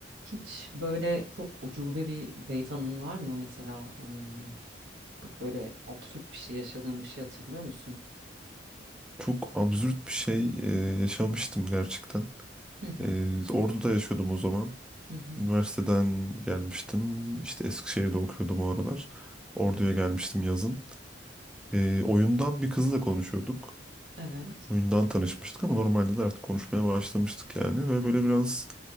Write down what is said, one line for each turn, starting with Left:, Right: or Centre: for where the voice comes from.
Right: Hiç böyle çok ucube bir beyt anın var mı mesela? ım, Çok böyle absürt bir şey yaşadığın bir şey hatırlıyor musun?
Centre: Çok absürt bir şey e, yaşamıştım gerçekten.
Right: Hı hı.
Centre: E, Ordu'da yaşıyordum o zaman.
Right: Hı hı.
Centre: Üniversiteden gelmiştim. İşte Eskişehir'de okuyordum o aralar. Ordu'ya
Right: Evet.
Centre: gelmiştim yazın. E, oyundan bir kızla konuşuyorduk.
Right: Evet.
Centre: Oyundan tanışmıştık ama normalde de artık konuşmaya başlamıştık yani. Ve böyle biraz